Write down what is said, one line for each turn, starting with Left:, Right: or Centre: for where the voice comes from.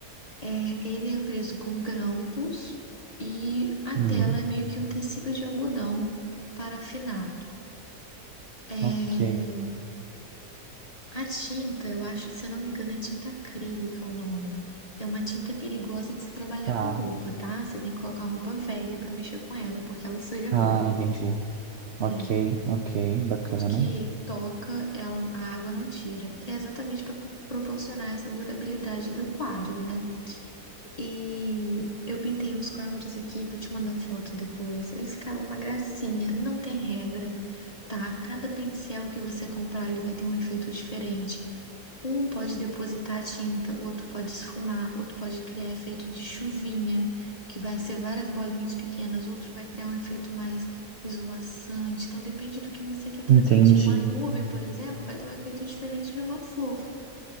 Left: É, ele é preso com grampos e a
Right: Hum,
Left: tela é meio que um tecido de algodão parafinado. É,
Right: ok.
Left: a tinta, eu acho, se eu não me engano, é tinta acrílica o nome. É uma tinta perigosa de se trabalhar
Right: Tá.
Left: com roupa, tá? Você tem que colocar uma roupa velha para mexer com ela, porque ela suja a
Right: Ah,
Left: roupa.
Right: entendi.
Left: É,
Right: Ok, ok, bacana.
Left: tudo que toca, ela, a água não tira. É exatamente para proporcionar essa durabilidade do quadro, né? E eu pintei uns quadros aqui, vou te mandar foto depois. Eles ficaram uma gracinha, não tem regra, tá? Cada pincel que você comprar, ele vai ter um efeito diferente. Um pode depositar a tinta, outro pode esfumar, outro pode criar efeito de chuvinha, que vai ser várias bolinhas pequenas, outro vai criar um efeito mais esvoaçante. Então depende do que você quer transmitir.
Right: Entendi.
Left: Uma nuvem, por exemplo, vai ter um efeito diferente de uma flor.